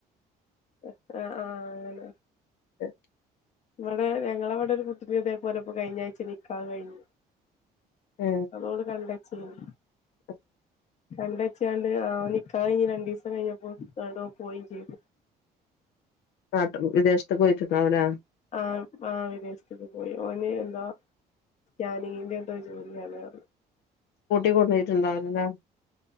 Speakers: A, on the left (about 45°); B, on the left (about 80°).
A: ആഹ് ഹാ ആ അങ്ങനെ
B: ശ <unintelligible>
A: ഇവിടെ ഞങ്ങളടെ ഒരു കുട്ടി ഇതേപോലെ ഇപ്പോ കഴിഞ്ഞഴ്ച്ച നിക്കാഹ് കഴിഞ്ഞു
B: ഏഹ്
A: അതോള് കണ്ടേച്ചീനി
B: <inaudible>
A: കണ്ടച്ചാണ്ട് ആ നിക്കാഹ് കഴിഞ് രണ്ടീസം കഴിഞ്ഞപ്പോ പോയിം ചെയ്തു
B: ആട്ട വിദേശത്ത പോയത് അവരാ
A: ആ ആ വിദേശത്തേക്ക് പോയി ഓന് എന്താ സ്കാനിങ്ങിന്റെ ന്റെ ഒക്കെ ജോലിയാണ് പ
B: കൂട്ടി കൊണ്ടോയിട്ടുണ്ടായില്ലല്ലേ